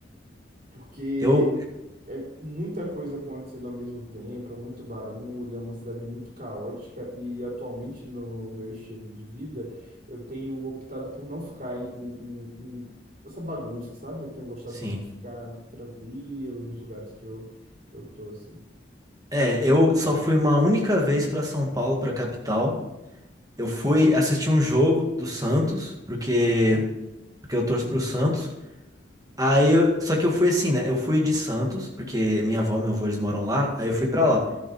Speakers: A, on the right (about 40°); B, on the right (about 20°).
A: porque
B: Eu,
A: é muita coisa acontecendo ao mesmo tempo, é muito barulho, é uma cidade muito caótica e atualmente no meu estilo de vida eu tenho optado por não ficar em, em- em- em essa bagunça, sabe? Eu tenho gostado
B: sim.
A: mais de ficar tranquilo nos lugares que eu que eu tô assim.
B: É, eu só fui uma única vez para São Paulo, para capital. Eu fui assistir um jogo do Santos, porque
A: Aham,
B: porque eu torço pro Santos. Aí, eu- só que eu fui assim, né? Eu fui de Santos, porque minha avó, meu avô, eles moram lá. Aí eu fui para
A: aham,
B: lá.